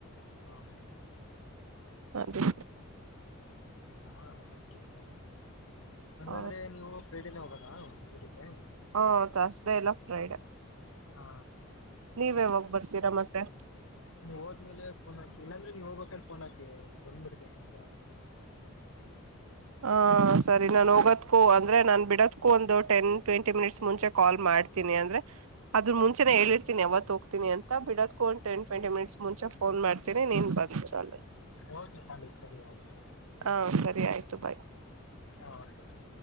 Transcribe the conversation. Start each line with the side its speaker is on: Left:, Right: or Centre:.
Left: ಹಾ
Right: ಅದೇ
Left: ಹಾ ಓಕೆ ಫೈನ್ ಹಂಗ್
Right: ಹ
Left: ಅದ್ರೆ ನೀವು ಫ್ರೈಡೆನೆ ಹೋಗೋದಾ ಉರಿಗೆ
Right: ಹ ತಸ್ಡೇ ಇಲ್ಲಾ ಫ್ರೈಡೆೇ
Left: ಹಾ
Right: ನೀವ್ ಯಾವಾಗ್ ಬರ್ತೀರಾ ಮತ್ತೆ
Left: ನೀ ಹೋದ್ಮೇಲೆ ಫೋನ್ ಹಾಕಿ ಇಲ್ಲಾಂದ್ರೆ ನೀವ ಹೋಗ್ಬೇಕಾದ್ರೆ ಫೋನ್ ಹಾಕಿ ಬಂದ್ಬಿಡ್ತಿನಿ
Right: ಹ ಸರಿ ನಾನ್ ಹೋಗೋದಕೂ ಅಂದ್ರೆ ನಾನ್ ಬಿಡೋದಕ್ಕೂ ಒಂದು ಟೆನ್ ಟ್ವೆಂಟಿ ಮಿನಿಟ್ಸ್ ಮುಂಚೆ ಕಾಲ್ ಮಾಡ್ತಿ ತಿನಿ ಅಂದ್ರೆ ಅದ್ರ ಮುಂಚೆ ಹೇಳಿರ್ತನಿ ಯಾವತ್ ಹೋಗ್ತನಿ ಅಂತ ಬಿಡಕ ಒಂದು ಟೆನ್ ಟ್ವೆಂಟಿ ಮಿನಿಟ್ಸ್ ಮುಂಚೆ ಫೋನ್ ಮಾಡ್ತೀನಿ ನೀನ್ ಬಂದಿರಲ್ಲೆ
Left: ಓಕೆ ತಾಲಿ ಸರಿ ಅಯ್ತು
Right: ಹಾ ಸರಿ ಆಯ್ತು ಬಾಯ್.
Left: <unintelligible> ಹ